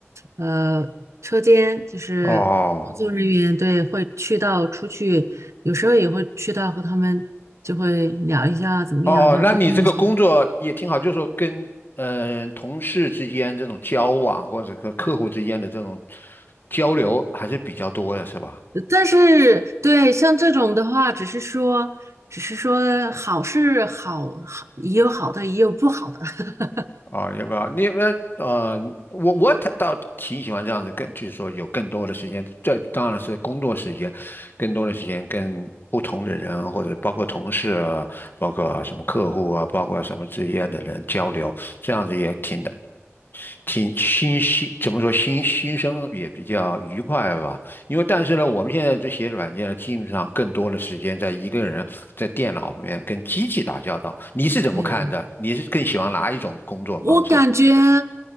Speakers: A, on the right; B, on the left.
A: 呃车间，就是工作人员，
B: 哦。
A: 对，会去到出去，有时候也会去到和他们就会聊一下怎么样，
B: 哦，
A: 就是沟通一下
B: 哦那你这个工作也挺好，就是说跟嗯、呃同事之间这种交往，或者和客户之间的这种交流还是比较多的，是吧？
A: 但是对像这种的话，只是说，只是说好是好，好也有好的，也有不好的。<laughs>
B: 啊、要不要？你们呃，我我倒挺喜欢这样子，更就是说有更多的时间，这当然是工作时间，更多的时间跟不同的人，或者包括同事啊，包括什么客户啊，包括什么之间的人交流，这样子也挺的。挺新新，怎么说新新生也比较愉快吧。因为但是呢，我们现在这些软件呢，基本上更多的时间在一个人在电脑里面跟机器打交道。你是怎么看的？
A: 对，
B: 你是更喜欢哪一种工作方式？
A: 我感觉